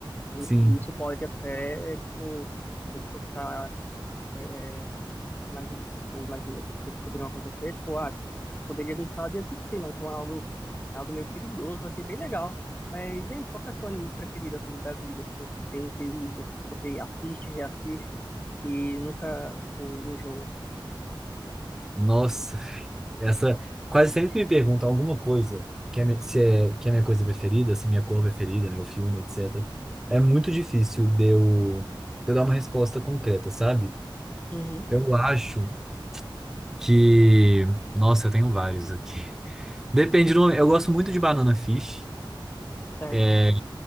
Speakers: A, on the left (about 20°); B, in the centre.
A: E,
B: sim.
A: e isso pode até, tipo, se a gente for ficar é, nas, ou nas inúmeras coisas que poderiam acontecer, tipo, ah, poderia deixar de existir, né? Então é algo, é algo meio perigoso, achei bem legal. Mas e aí, qual que é o seu anime preferido, assim, da vida, que você pensa e você assiste, reassiste e nunca, tipo, enjoa?
B: Nossa. Essa, quase sempre que me perguntam alguma coisa, que é, mi- se é, que é minha coisa preferida, se é minha cor preferida, meu filme, etc. É muito difícil de eu, de eu dar uma resposta concreta, sabe?
A: Uhum,
B: Eu acho que... Nossa, eu tenho vários aqui. Depende do... Eu gosto muito de Banana Fish.
A: certo,
B: É